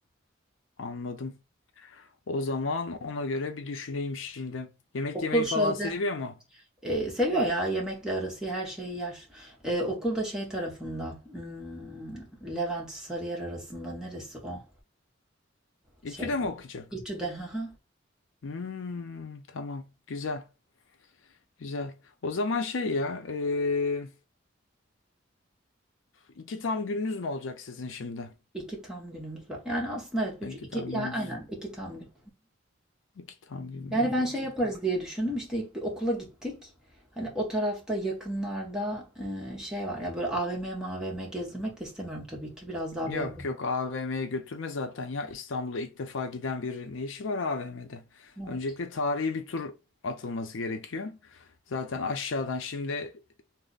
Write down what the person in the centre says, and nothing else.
Okul
şeyde
E, seviyor ya yemekle arası her şeyi yer. E, okul da şey tarafında. hmm, Levent Sarıyer arasında neresi o?
Şeyde.
İTÜ'de. hı hı.
İki tam günümüz var. Yani aslında evet. bir,
üç- iki,
yani
aynen iki tam gün.
Yani ben
şey yaparız diye düşündüm. İşte ilk bir okula gittik. Hani o tarafta yakınlarda e, şey var ya böyle AVM mavm gezdirmek de istemiyorum tabii ki. Biraz daha
böyle.
Evet.